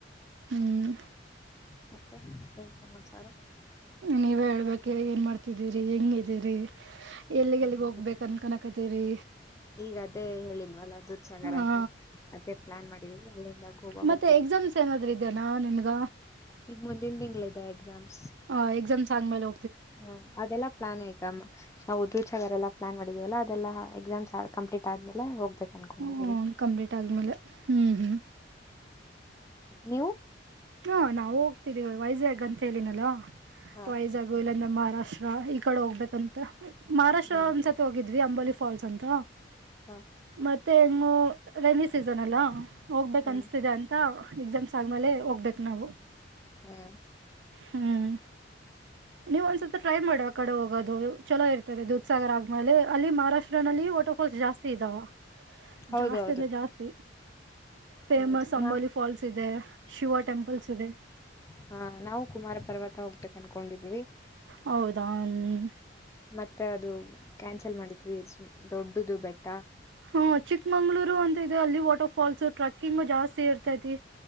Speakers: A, on the right (about 75°); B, on the left (about 15°).
A: ಹ್ಮ್
B: ಮತ್ತೆ ಏನ್ ಸಮಾಚಾರ
A: ನೀವ್ ಹೇಳ್ಬೇಕು ಏನ್ ಮಾಡ್ತಿದ್ದೀರಿ ಹೆಂಗಿದೀರಿ ಎಲ್ಲಿಗೆ
B: ಚೆನ್ನಾಗಿದೆ
A: ಎಲ್ಲಿಗ್ ಹೋಗ್ಬೇಕ ಅನ ಕನಕ್ ಕದ ರ <inaudible>
B: ಈಗ ಅದೇ ಹೇಳಿದವಲ್ಲ ದೂದಸಾಗರ್ ಅಂತ.
A: ಆ
B: ಅದೇ ಪ್ಲಾನ್ ಮಾಡಿದ್ವಿ ಅಲ್ಲಿಂದ ಹೋಗ
A: ಮತ್ತೆ
B: ಹೋಗ್
A: ಎಕ್ಸಾಮ್ಸ್ ಏನಾದ್ರುಇದೆಎನ ನಿನ್ಗ.
B: ಈಗ ಮುಂದಿನ ತಿಂಗಳಿದೆ ಎಕ್ಸಾಮ್ಸ್
A: ಹಾ, ಎಕ್ಸಾಮ್ಸ್ ಆದಮೇಲೆ
B: ಹಾ, ಅದೆಲ್ಲ ಪ್ಲಾನ್ ಆಯ್ತು ನಾವು ಉದ್ರೂ <unintelligible> ಚಗರೆಲ್ಲ ಪ್ಲಾನ್ ಮಾಡಿದೀವಲ್ಲ ಅದೆಲ್ಲ ಎಕ್ಸಾಮ್ಸ್ ಕಂಪ್ಲೀಟ್ ಆದ್ಮೇಲೆ ಹೋಗ್ಬೇಕು. ಅನ್ಕೊಂಡಿದೀವಿ
A: ಹ್ಮ್, ಕಂಪ್ಲೀಟ್ ಆ ಆದ್ಮೇಲೆ ಹ್ಮ್, ಹ್ಮ್
B: ನೀವು
A: ಹಾ, ನಾವವು ಹೋಗ್ತಿದ್ದೀವ ವೈಜಾಗ್ ಅಂತ ಹೇಳಿನಲ್ಲ <unintelligible>
B: ಹಾ
A: ವೈಜಾಗ್ ಇಲ್ಲಾಂದ್ರೆ ಮಹಾರಾಷ್ಟ್ರ ಈ ಕಡೆ ಹೋಗ್ಬೇಕಂತ ಮಹಾರಾಷ್ಟ್ರ
B: ಹ್ಮ್
A: ಒಂದಸ ತೋಗಿದ್ವಿ ಅಂಬಾಲಿ ಫಾಲ್ಸ್ ಅಂತ.
B: ಹಾ <inaudible>
A: ಮತ್ತೆ ಹೆಂಗ ರೈನಿ ಸೀಸನ್ ಅಲ್ಲಾ ಹೋಗ್ಬೇಕ
B: ಹ್ಮ್
A: ಅನ್ಸ್ತಿದೆ ಅ ಎಕ್ಸಾಮ್ಸ್ ಆದ್ಮೇಲೆ ಹೋಗ್ಬೇಕು ನಾವು.
B: ಹ್ಮ್,
A: ಹ್ಮ್, ನೀವು ಒಂದ್ಸಲ ಟ್ರೈ ಮಾಡಿ ಆ ಕಡೆ ಹೋಗೋದು. ಚಲೋ ಇರ್ತದೆ ದುೂದಸಾಗರ್ ಆದ್ಮೇಲೆ ಅಲ್ಲಿ ಮಹಾರಾಷ್ಟ್ರ ನಲ್ಲಿ ಟೋ ಫಾಲ್ಸ್ ಜಾಸ್ತಿ ಇದಾವ
B: ಹೌದೌದು
A: ಜಾಸ್ತಿ ಅಂದ್ರೆ ಜಾಸ್ತಿ ಫೇಮಸ್
B: ಹೌದು
A: ಅಂಬೋಲಿ
B: ನಾ
A: ಫಾಲ್ಸ್ ಇದೆ ಶಿವ ಟೆಂಪಲ್ಸ್ ಇದೆ.
B: ಹಾ, ನಾವು ಕುಮಾರ ಪರ್ವತ ಹೋಗಬೇಕ್ ಅನ್ಕೊಂಡಿದ್ವಿ.
A: ಹೌದಾ, ಹ್ಮ
B: ಮತ್ತೆ ಅದು ಕ್ಯಾನ್ಸಲ್ ಮಾಡಿದ್ವಿ ದೊಡ್ಡದು ಬೆಟ್ಟ.
A: ಹಾ, ಚಿಕ್ಮಂಗ್ಳೂರು ಅಂತ ಇದೆ ಅಲ್ಲಿ ವಾಟರ್ ಫಾಲ್ಸ್ ಟ್ರಕ್ಕಿಂಗ್ ಜಾಸ್ತಿ ಇರ್ತೈತಿ.